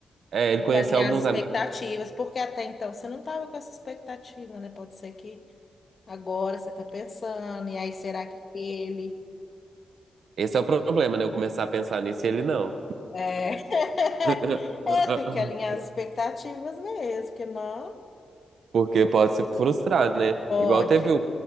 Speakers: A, on the right; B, on the left.
A: É, ele
B: De
A: conheceu
B: alinhar
A: alguns
B: as expectativas,
A: amigos.
B: porque até então você não estava com essa expectativa, né? Pode ser que agora você está pensando, e aí será que ele.
A: Esse é o problema, né? Eu começar a pensar nisso e ele não.
B: É, <laughs>
A: <laughs>
B: é tem que alinhar as expectativas mesmo, porque não.
A: Porque pode se frustrar, né?
B: Pode.
A: Igual teve o-